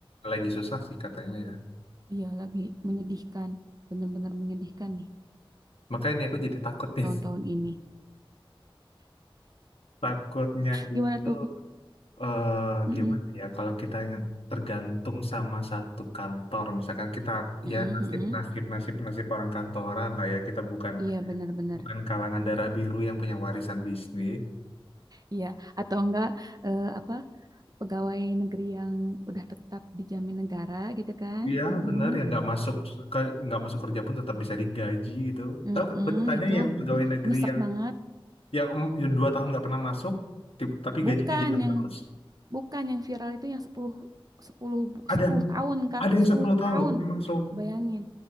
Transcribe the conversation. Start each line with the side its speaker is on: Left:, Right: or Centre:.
Left: lagi susah sih katanya ya.
Right: Iya, lagi menyedihkan, benar-benar menyedihkan nih
Left: Makanya nih aku jadi takut nih.
Right: tahun-tahun
Left: <laughs>
Right: ini.
Left: Takutnya
Right: Gimana
Left: itu
Right: tuh?
Left: eh,
Right: Mm-mm,
Left: gimana ya kalau kita tergantung sama satu kantor, misalkan kita
Right: mm-mm,
Left: ya nasib
Right: mm-mm.
Left: nasib nasib nasib orang kantoran lah ya kita bukan
Right: Iya, benar-benar.
Left: bukan kalangan darah biru yang punya warisan bisnis.
Right: Iya, atau enggak eh, apa pegawai negeri yang udah tetap dijamin negara gitu kan?
Left: Iya
Right: Mm-mm,
Left: bener ya nggak masuk ke- nggak masuk kerja pun tetap bisa digaji gitu.
Right: mm-mm,
Left: Tahu kan beritanya
Right: itu
Left: yang pegawai negeri
Right: nyesek
Left: yang
Right: banget.
Left: ya, em, ya dua tahun nggak pernah masuk ti- tapi
Right: Bukan
Left: gajinya jalan
Right: yang
Left: terus
Right: Bukan yang viral itu yang 10 10
Left: ada
Right: 10 tahun, Kak.
Left: ada yang
Right: sepuluh
Left: 10 tahun
Right: tahun.
Left: nggak pernah masuk
Right: Bayangin.